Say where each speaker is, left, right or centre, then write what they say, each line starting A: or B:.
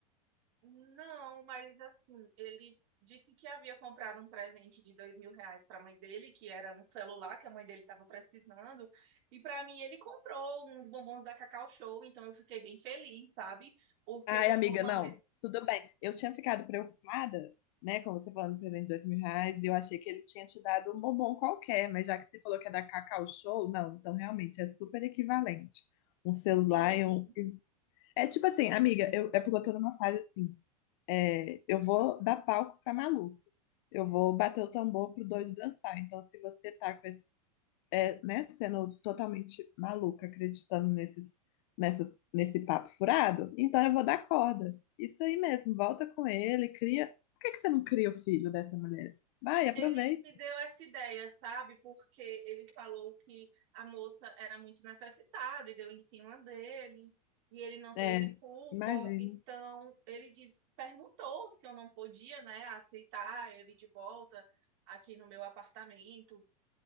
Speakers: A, on the right (about 45°); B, on the left (about 45°).
A: Não, mas assim, ele disse que havia comprado um presente de dois mil reais para a mãe dele, que era um celular que a mãe dele estava precisando, e para mim ele comprou uns bombons da Cacau Show, então eu fiquei bem feliz, sabe? Porque
B: Ai,
A: de alguma
B: amiga,
A: maneira.
B: não, tudo bem. Eu tinha ficado preocupada, né, com você falando do presente de dois mil reais, e eu achei que ele tinha te dado um bombom qualquer, mas já que você falou que é da Cacau Show, não, então realmente é super equivalente. Um celular
A: Sim,
B: e
A: sim.
B: um. É tipo assim, amiga, eu, é porque eu tô numa fase assim, é, eu vou dar palco pra maluco, eu vou bater o tambor pro doido dançar. Então, se você tá com esse é, né, sendo totalmente maluca, acreditando nesses, nessas, nesse papo furado, então eu vou dar corda. Isso aí mesmo, volta com ele, cria. Por que que você não cria o filho dessa mulher? Vai, aproveita.
A: Ele me deu essa ideia, sabe? Porque ele falou que a moça era muito necessitada e deu em cima dele, e ele não teve
B: É,
A: culpa.
B: imagino.
A: Então, ele diz- perguntou se eu não podia, né, aceitar ele de volta aqui no meu apartamento